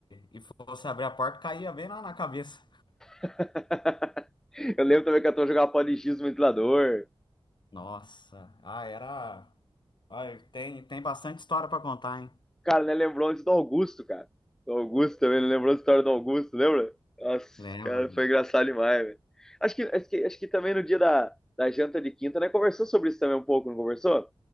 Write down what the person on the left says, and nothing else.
e fosse abrir a porta, caía bem lá na cabeça.
Nossa, ah, era. Olha, tem, tem bastante história para contar, hein?
Lembro.